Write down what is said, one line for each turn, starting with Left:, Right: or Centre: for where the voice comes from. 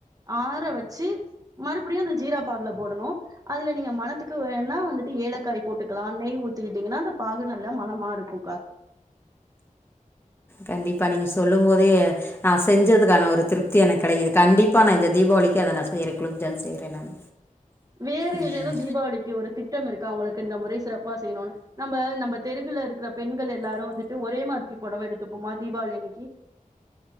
Right: ஆற வச்சு மறுபடியு அந்த ஜீராப்பாகுல போடணு அதுல நீங்க மனத்துக்கு வேன்னா வந்துட்டு ஏலக்காய் போட்டுக்கலா நெய் ஊத்திக்கிட்டீங்கன்னா அந்த பாகு நல்லா மனமா இருக்குங்க்கா
Left: கண்டிப்பா நீங்க சொல்லும் போதே நா செஞ்சதுக்கான ஒரு திருப்தி எனக்கு கெடைக்குது கண்டிப்பா நா இந்த தீபாவளிக்கு அத நா செய்றே குலோப் ஜான் செய்றேன் நான்
Right: வேற
Left: ம்
Right: ஏதேனும் தீபாவளிக்கு ஒரு திட்டம் இருக்கா உங்களுக்கு இந்த முறை சிறப்பா செய்யணுனு நம்ப நம்ப தெருவுல இருக்கிற பெண்கள் எல்லாரு வந்துட்டு ஒரே மாதிரி பொடவை எடுத்துப்போமா தீபாவளி அன்னைக்கி